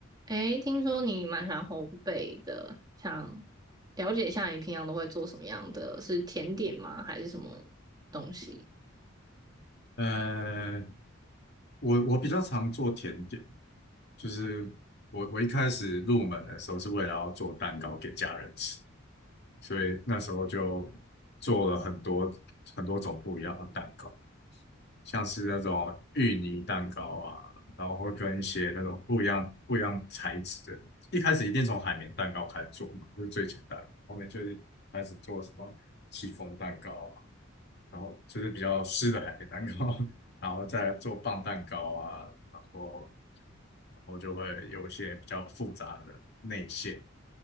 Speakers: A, on the right (about 20°); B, on the left (about 55°).
A: 诶，听说你蛮喜欢烘焙的，想了解一下你平常都会做什么样的？是甜点吗？还是什么东西？
B: 呃，我我比较常做甜点，就是我我一开始入门的时候是为了要做蛋糕给家人吃，所以那时候就做了很多很多种不一样的蛋糕。像是那种芋泥蛋糕啊，然后会跟一些那种不一样不一样材质的。一开始一定从海绵蛋糕开始做嘛，就是最简单的。后面就是开始做什么戚风蛋糕啊，然后就是比较湿的海绵蛋糕，<laughs> 然后再做棒蛋糕啊，然后然后就会有一些比较复杂的内馅，